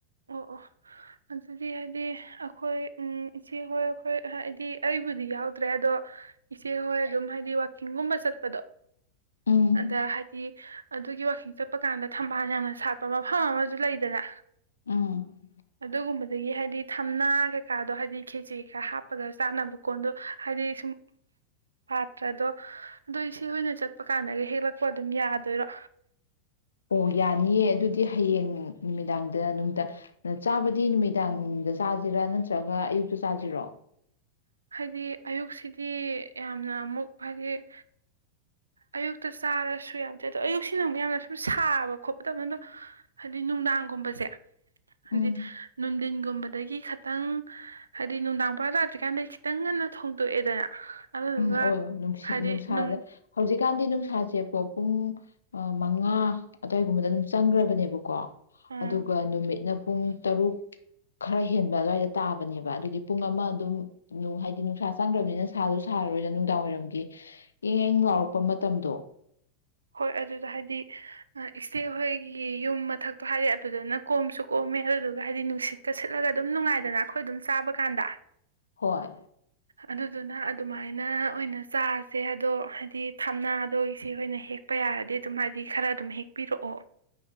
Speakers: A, on the right; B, on the left.
A: ꯑꯣ ꯑꯣ ꯑꯗꯨꯗꯤ ꯍꯥꯏꯗꯤ ꯑꯩꯈꯣꯏ ꯎꯝ ꯏꯆꯦꯍꯣꯏ ꯑꯩꯈꯣꯏ ꯍꯥꯏꯗꯤ ꯑꯩꯕꯨꯗꯤ ꯌꯥꯎꯗ꯭ꯔꯦ ꯑꯗꯣ ꯏꯆꯦꯍꯣꯏ ꯑꯗꯨꯝ ꯍꯥꯏꯗꯤ ꯋꯥꯛꯀꯤꯡꯒꯨꯝꯕ ꯆꯠꯄꯗꯣ
B: ꯎꯝ
A: ꯑꯗꯥ ꯍꯥꯏꯗꯤ ꯑꯗꯨꯒꯤ ꯋꯥꯛꯀꯤꯡ ꯆꯠꯄ ꯀꯥꯟꯗ ꯊꯝꯕꯥꯜ ꯌꯥꯝꯅ ꯁꯥꯠꯄ ꯃꯐꯝ ꯑꯃꯁꯨ ꯂꯩꯗꯅ
B: ꯎꯝ
A: ꯑꯗꯨꯒꯨꯝꯕꯗꯒꯤ ꯍꯥꯏꯗꯤ ꯊꯝꯅꯥ ꯀꯩꯀꯥꯗꯣ ꯍꯥꯏꯗꯤ ꯈꯦꯆꯤ ꯀꯩꯀꯥ ꯍꯥꯞꯄꯒ ꯆꯥꯅꯕ ꯀꯣꯟꯗꯣ ꯍꯥꯏꯗꯤ ꯁꯨꯝ ꯄꯥꯠꯇ꯭ꯔꯗꯣ ꯑꯗꯨ ꯏꯆꯦ ꯍꯣꯏꯅ ꯆꯠꯄ ꯀꯥꯟꯗꯒ ꯍꯦꯛꯂꯛꯄ ꯑꯗꯨꯝ ꯌꯥꯗꯣꯏꯔꯣ
B: ꯑꯣ ꯌꯥꯅꯤꯌꯦ ꯑꯗꯨꯗꯤ ꯍꯌꯦꯡ ꯅꯨꯃꯤꯗꯥꯡꯗ ꯅꯨꯡꯗꯥꯡ ꯆꯥꯕꯗꯤ ꯅꯨꯃꯤꯗꯥꯡꯗ ꯆꯥꯖꯤꯔꯥ ꯅꯠꯇ꯭ꯔꯒ ꯑꯌꯨꯛꯇ ꯆꯥꯖꯤꯔꯣ
A: ꯍꯥꯏꯗꯤ ꯑꯌꯨꯛꯁꯤꯗꯤ ꯌꯥꯝꯅ ꯑꯃꯨꯛ ꯍꯥꯏꯗꯤ ꯑꯌꯨꯛꯇ ꯆꯥꯔꯁꯨ ꯌꯥꯕꯨꯗꯤ ꯌꯥꯏ ꯑꯗꯣ ꯑꯌꯨꯛꯁꯤꯅ ꯑꯃꯨꯛ ꯌꯥꯝꯅ ꯁꯨꯝ ꯁꯥꯕ ꯈꯣꯠꯄ ꯇꯕꯅꯤꯅ ꯑꯗꯣ ꯍꯥꯏꯗꯤ ꯅꯨꯡꯗꯥꯡꯒꯨꯝꯕꯁꯦ ꯍꯥꯏꯗꯤ
B: ꯎꯝ
A: ꯅꯨꯡꯗꯤꯟꯒꯨꯝꯕꯗꯒꯤ ꯈꯤꯇꯪ ꯍꯥꯏꯗꯤ ꯅꯨꯡꯗꯥꯡ ꯄꯨꯔꯥ ꯇꯥꯗ꯭ꯔꯤꯀꯥꯟꯗ ꯈꯤꯇꯪ ꯉꯟꯅ ꯊꯣꯡꯗꯣꯛꯑꯦꯗꯅ ꯑꯗꯨꯗꯨꯒ
B: ꯎꯝ ꯑꯣꯏ ꯅꯨꯡꯁꯤꯠ
A: ꯍꯥꯏꯗꯤ
B: ꯅꯨꯡꯁꯥꯗ
A: ꯅꯨꯡ
B: ꯍꯧꯖꯤꯛ ꯖꯤꯀꯥꯟꯗꯤ ꯅꯨꯡꯁꯥꯥꯖꯦꯀꯣ ꯄꯨꯡ ꯃꯉꯥ ꯑꯗ꯭ꯋꯥꯏꯒꯨꯝꯕꯗ ꯗꯨꯝ ꯆꯪꯈ꯭ꯔꯕꯅꯦꯕꯀꯣ
A: ꯑꯥ
B: ꯑꯗꯨꯒ ꯅꯨꯃꯤꯠꯅ ꯄꯨꯡ ꯇꯔꯨꯛ ꯈꯔ ꯍꯦꯟꯕ ꯑꯗꯨꯋꯥꯏꯗ ꯇꯥꯕꯅꯦꯕ ꯑꯗꯨꯗꯤ ꯄꯨꯡ ꯑꯃ ꯑꯗꯨꯝ ꯅꯨ ꯍꯥꯏꯗꯤ ꯅꯨꯡꯁꯥ ꯆꯪꯒꯔꯥꯕꯅꯤꯅ ꯁꯥꯗꯨ ꯁꯥꯔꯔꯣꯏꯗ ꯅꯨꯡꯗꯥꯡꯋꯥꯏꯔꯝꯒꯤ ꯏꯪ ꯏꯪ ꯂꯥꯎꯔꯛꯄ ꯃꯇꯝꯗꯣ
A: ꯍꯣꯏ ꯑꯗꯨꯗ ꯍꯥꯏꯗꯤ ꯏꯆꯦ ꯍꯣꯏꯒꯤ ꯌꯨꯝ ꯃꯊꯛꯇꯣ ꯍꯥꯏꯗꯤ ꯑꯗꯨꯗ ꯅ ꯀꯣꯝꯁꯨ ꯀꯣꯝꯃꯦ ꯑꯗꯨꯗꯨꯒ ꯍꯥꯏꯗꯤ ꯅꯨꯡꯁꯤꯠꯀ ꯁꯤꯠꯂꯒ ꯑꯗꯨꯝ ꯅꯨꯡꯉꯥꯏꯗꯅ ꯑꯈꯣꯏ ꯑꯗꯨꯝ ꯆꯥꯕ ꯀꯥꯟꯗ
B: ꯍꯣꯏ
A: ꯑꯗꯨꯗꯨꯅ ꯑꯗꯨꯃꯥꯏꯅ ꯑꯣꯏꯅ ꯆꯥꯁꯦ ꯑꯗꯣ ꯍꯥꯏꯗꯤ ꯊꯝꯅꯥꯗꯣ ꯏꯆꯦꯍꯣꯏꯅ ꯍꯦꯛ ꯄ ꯌꯥꯔꯗꯤ ꯑꯗꯨꯝ ꯍꯥꯏꯗꯤ ꯈꯔ ꯑꯗꯨꯝ ꯍꯦꯛꯄꯤꯔꯛꯑꯣ